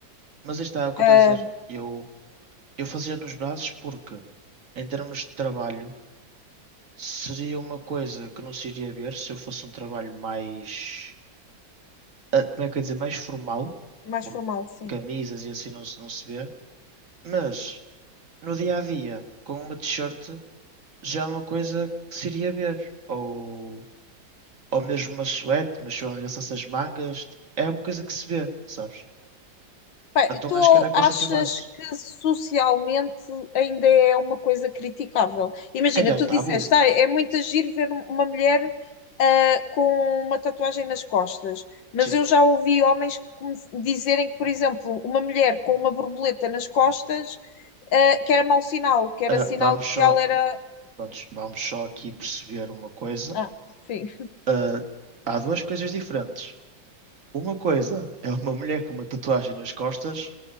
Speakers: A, on the right; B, on the left.
A: Mas aí está, é o que
B: Ah,
A: eu estou a dizer. Eu, eu fazia nos braços porque, em termos de trabalho, seria uma coisa que não se iria ver se eu fosse um trabalho mais, ah, como é que eu ia dizer, mais formal,
B: mais
A: porque
B: formal, sim.
A: camisas e assim não se, não se vê. Mas, no dia a dia, com uma t-shirt, já é uma coisa que se iria ver. Ou, ou mesmo uma suéte, mas se eu arregaçasse as mangas, é uma coisa que se vê, sabes?
B: Bem,
A: Então
B: tu
A: acho que era aquele
B: achas
A: sítio base.
B: que socialmente ainda é uma coisa criticável? Imagina,
A: Ainda é um
B: tu
A: tabu.
B: disseste, ah, é muito giro ver um- uma mulher ah, com uma tatuagem nas costas, mas
A: Sim.
B: eu já ouvi homens come- dizerem que, por exemplo, uma mulher com uma borboleta nas costas ah, que era mau sinal, que era
A: Uh,
B: sinal
A: vamos
B: de
A: só.
B: que ela era.
A: Prontos, vamos só aqui perceber uma coisa.
B: Ah, sim.
A: Ah, há duas coisas diferentes. Uma coisa é uma mulher com uma tatuagem nas costas,